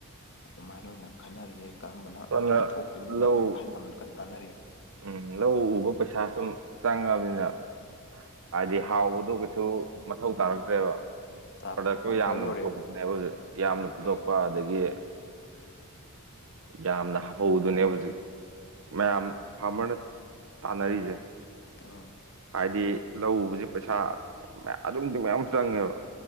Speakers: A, on the left (about 55°); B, on the right (about 65°).
A: ꯑꯗꯨꯃꯥꯏꯅ ꯑꯣꯏꯅ ꯈꯟꯅꯔꯤꯌꯦ ꯀꯔꯝꯕꯅ
B: ꯁꯣꯝꯗ
A: ꯊꯣꯛꯇꯣꯏꯅꯣꯅ
B: ꯂꯧ
A: ꯑꯍꯜ ꯂꯃꯟ ꯀꯟ ꯇꯥꯟꯅꯔꯤ
B: ꯎꯝ ꯂꯧ ꯎꯕ ꯄꯩꯁꯥ ꯁꯨꯝ ꯆꯪꯉꯕꯅꯤꯅ ꯍꯥꯏꯗꯤ ꯍꯥꯎꯒꯗꯧꯒꯤ ꯁꯨ ꯃꯊꯧ ꯇꯥꯔꯛꯇ꯭ꯔꯦꯕ
A: ꯇꯥꯔꯛꯇ꯭ꯔꯦ
B: ꯄ꯭ꯔꯗꯛꯇꯣ
A: ꯄꯨꯛ ꯊꯜꯂ
B: ꯌꯥꯝꯅ
A: ꯂꯣꯏꯔꯦ
B: ꯄꯨꯊꯣꯛꯄꯗꯨꯅꯦꯕ ꯍꯧꯖꯤꯛ ꯌꯥꯝꯅ ꯄꯨꯊꯣꯛꯄ
A: ꯎꯝ
B: ꯑꯗꯒꯤ ꯌꯥꯝꯅ ꯍꯥꯞꯍꯧꯕꯗꯨꯅꯦꯕ ꯍꯧꯖꯤꯛ ꯃꯌꯥꯝ ꯐꯥꯔꯃꯔꯅ ꯇꯥꯟꯅꯔꯤꯖꯦ
A: ꯑꯥ
B: ꯍꯥꯏꯗꯤ ꯂꯧ ꯎꯕꯖꯦ ꯄꯩꯁꯥ ꯃꯌꯥ ꯑꯗꯨꯛꯀꯤꯃꯇꯤꯛ ꯃꯌꯥꯝ ꯆꯪꯉꯦꯕ